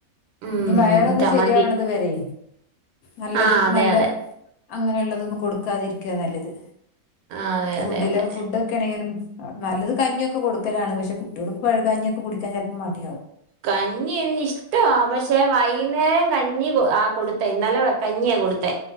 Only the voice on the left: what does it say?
നി വയറൊന്ന്
ശരിയാവണത് വരെ നല്ലതും
നല്ല
അങ്ങനെയള്ളതൊന്നും കൊടുക്കാതിരിക്ക നല്ലത്
ഫുഡിലോ
ഫുഡൊക്കെണെങ്കിലും നല്ലത് കഞ്ഞിയൊക്കെ കൊടുക്കലാണ് പക്ഷെ കുട്ടികൾക്ക് പഴകഞ്ഞിയൊക്കെ കുടിക്കാൻ ചെലപ്പം മടിയാവും